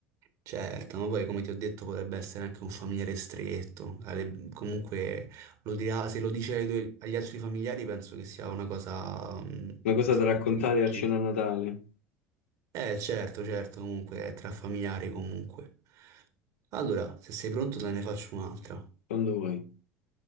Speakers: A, on the right; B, on the left.
A: Certo, ma poi come ti ho detto potrebbe essere anche un familiare stretto, Ale- comunque lo dirà, se lo dice ai tuoi- agli altri familiari penso che sia una cosa mm,
B: Una cosa
A: su
B: da raccontare
A: cui dici.
B: a cena a Natale,
A: Eh certo, certo, comunque è tra familiari comunque. Allora, se sei pronto te ne faccio un'altra.
B: quando vuoi.